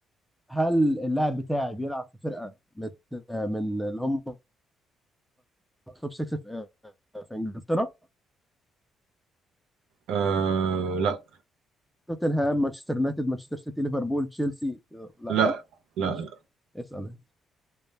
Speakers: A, in the centre; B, on the right.
A: هل اللاعب بتاعي بيلعب في فرقه من من اللي هم التوب 6 في في انجلترا
B: آه لا
A: توتنهام مانشستر يونايتد مانشستر سيتي ليفربول تشيلسي لا
B: لا لا
A: ماشي اسال